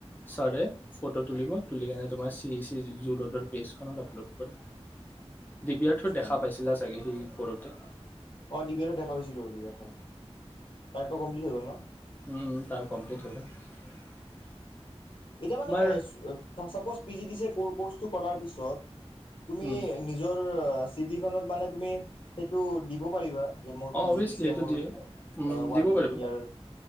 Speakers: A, on the left; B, on the left.
A: চাৰে ফটো তুলিব তুলিকেনে তোমাৰ চি এ চিৰ যি জু ৰোডৰ পেছ ফোনত আপলোড কৰা ডিবিয়াৰথত
B: আচ্ছা
A: দেখা পাইছিলা চাগে সি কৰোতে
B: অ দি বি আৰত দেখা পাইছিলো দি বি আৰখন তাৰটো কমপ্লিট হৈ গল ন
A: উম তাৰ কমপ্লিট হৈ গল
B: এতিয়া
A: তোমাৰ
B: মানে <unintelligible> suppose P G D C A কৰ-ক'ৰ্চটো কৰাৰ পিছত তুমি
A: উম,
B: নিজৰ চিঠিখনত মানে তুমি সেইটো দি ব পাৰিবা যে মোৰ
A: অ
B: পি
A: অভিয়াছলি
B: জি ডি চিয়ে
A: এইটো
B: মোৰ
A: দিয়ে
B: আ
A: উম,
B: ওৱান
A: দিব পাৰিবা
B: ইয়াৰ